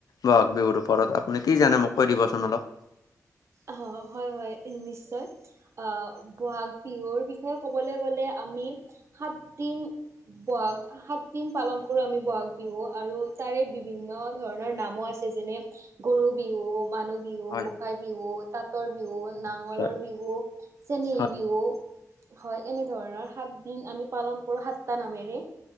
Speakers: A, on the left; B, on the right.
A: বহাগ বিহুৰ ওপৰত আপুনি কি জানে মোক কৈ দিবচোন অলপ
B: অ', হয় হয় নিশ্চয় বহাগ বিহুৰ বিষয়ে ক'বলৈ গ'লে আমি সাতদিন বহাগ সাতদিন পালন কৰোঁ আমি বহাগ বিহু আৰু তাৰে বিভিন্ন ধৰণৰ নামো আছে যেনে গৰু বিহু, মানুহ বিহু,
A: হয়
B: গোঁসাই বিহু, তাঁতৰ বিহু নাঙলৰ
A: নিশ্চয়
B: বিহু চেনেহী
A: হয়
B: বিহু হয় এনে ধৰণৰ সাতদিন আমি পালন কৰোঁ সাতটা নামেৰে